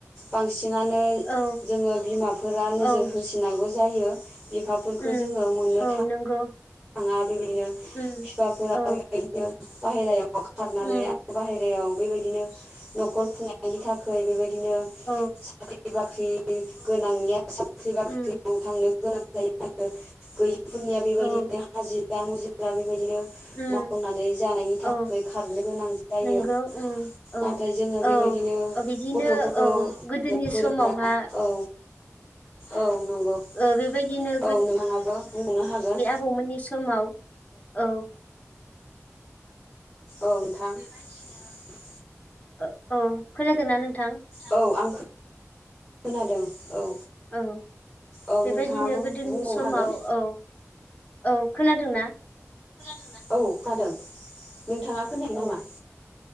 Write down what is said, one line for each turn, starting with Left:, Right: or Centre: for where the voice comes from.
Centre: बांसिनानो
Left: औ
Centre: जोङो बिमाफोरा नोजोर
Left: औ
Centre: होसिनांगौ जायो बिफाफोरखौ
Left: उम
Centre: जोङो मोननो
Left: औ
Centre: था
Left: नंगौ
Centre: ङा बेबायदिनो बिफाफोरा
Left: उम औ
Centre: बेबायदिनो बाहेरायाव खारनानै
Left: उम
Centre: आरो बाहेरायाव बेबायदिनो न'खर खुंनायनि थाखाय बेबायदि बिदिनो
Left: औ
Centre: साख्रि बाख्रि गोनांनिया साख्रि बाख्रियाव
Left: उम
Centre: थांनो गोनां जायो आरो गैयिफोरनिया बेबायदि
Left: औ
Centre: हाजिरा मुजिरा बेबायदिनो
Left: उम
Centre: मावनानै जानायनि थाखाय
Left: औ
Centre: खारनो गोनां जा जायो
Left: नंगौ उम
Centre: नाथाय
Left: औ
Centre: जोङो बेबायदिनो
Left: औ बिदिनो
Centre: गथ'फोरखौ
Left: औ गोदोनि
Centre: फोरों
Left: समावहा
Centre: औ औ नंगौ
Left: ओ बेबायदिनो
Centre: औ नोंथाङाबो बुंबावनो हागोन।
Left: मोननि समाव औ।
Centre: औ नोंथां। <unintelligible>
Left: ओ औ खोनादों ना नोंथां?
Centre: औ आं खोनादों औ।
Left: औ
Centre: औ
Left: बेबायदिनो
Centre: नोंथाङाबो
Left: गोदोनि
Centre: बुंबावनो
Left: समाव
Centre: हागोन।
Left: औ औ खोनादोंना?
Centre: औ खोनादों नोंथाङा खोनायाखै नामा?
Left: औ